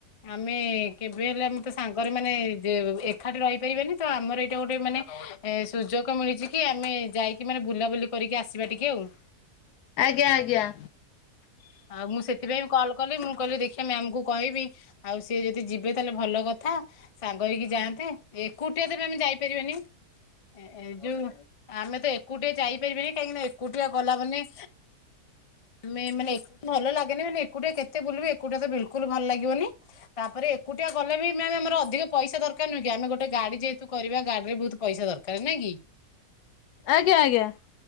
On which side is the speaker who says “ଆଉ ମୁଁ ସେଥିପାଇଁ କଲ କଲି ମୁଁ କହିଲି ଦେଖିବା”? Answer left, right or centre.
Left